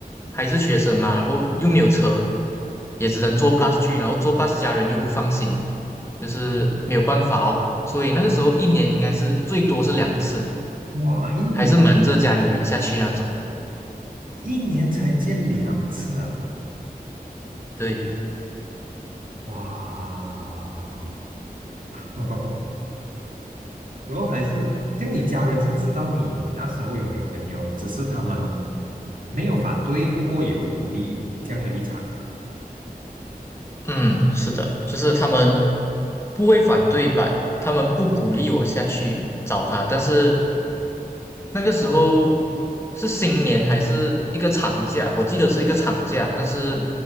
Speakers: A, on the left; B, on the right.
A: 还是学生嘛，然后又没有车，也只能坐 bus 去，然后坐 bus 家人又不放心，就是没有办法哦，所以那个时候一年应该是最多是两次，
B: 哇，一年
A: 还是瞒着家里人下去那种，
B: 一年才见两次啊！
A: 对。
B: 哇，<laughs> 然后还是，这样你家人是知道你那时候有女朋友，只是他们没有反对，不过也不鼓励这样的立场。
A: 嗯，是的，就是他们不会反对吧？他们不鼓励我下去找他，但是那个时候是新年还是一个长假，我记得是一个长假，但是